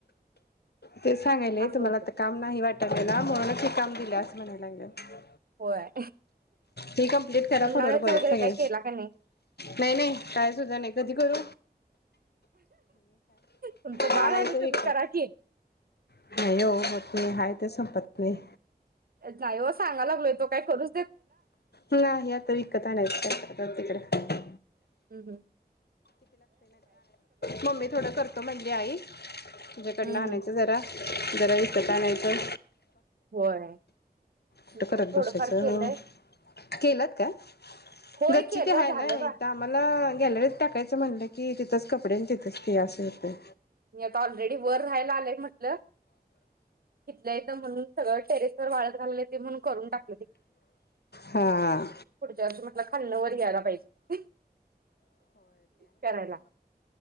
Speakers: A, on the left; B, on the right.
A: तेच सांगायला
B: असं
A: तुम्हाला
B: होत
A: तर काम नाही वाट त्यांना म्हणूनच हे काम दिले असले लागते.
B: होय
A: हे कम्प्लीट करा
B: उन्हाळ्याचं
A: फोनवर बोलत
B: वगैरे
A: सगळे
B: काय केला का नाही
A: नाही नाही काय सुद्धा नाही कधी करू
B: तुमचं बाळ
A: आणायचे
B: आणि
A: विकत
B: तुम्ही करा की
A: <unintelligible> ते संपत नाही
B: काय हो सांगा लागलं तो काय करू?
A: मी हा हे आता विकत आणायचा आता तिकडं
B: हम्म हम्म
A: मम्मी थोडं करतो म्हटली आई, तिच्याकडं
B: हम्म
A: आणायचं
B: हम्म.
A: जरा जरा विकत आणायच्या
B: होय
A: कुठे
B: मी
A: करत
B: पण थोडंफार
A: बसायचं
B: केलंय.
A: हं केल्यात काय
B: होय
A: गच्ची
B: केलं
A: ते आहे
B: झालं
A: ना
B: बा.
A: इथे आम्हाला गॅलरी टाकायचं म्हणलं की तिथेच कपडे आणि तिथेच ते असे होते.
B: मी आता ऑलरेडी वर राहायला आलं आहे म्हणटलं, घेतलं आहेत म्हणून सगळं टेरेसवर वाळत घालले ते म्हणून करून टाकलं ते
A: हा
B: पुढच्या वर्षी म्हटलं खाल्ल्यावर यायला पाहिजे, करायला